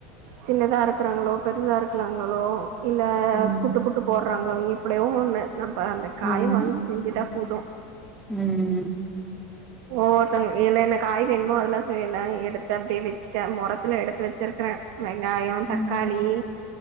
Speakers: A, on the right; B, in the centre.
A: சின்னதா இருக்கிறாங்களோ பெருசா இருக்கலாங்களோ இல்ல
B: ம்
A: கூட்டு புட்டு போடுறாங்களோ எப்டியோ ஒன்னு நம்ம அந்த காய்
B: ம்
A: வாங்கி செஞ்சுட்டா போதும்
B: ம்
A: ஒவ்வொருத்தங்க என்ன என்ன காய் வேணுமோ அதெல்லா செய்யல எடுத்த அப்டியே வச்சு சேன் முரத்துல எடுத்து வச்சிருக்கறேன் வெங்காயம்
B: ம்
A: தக்காளி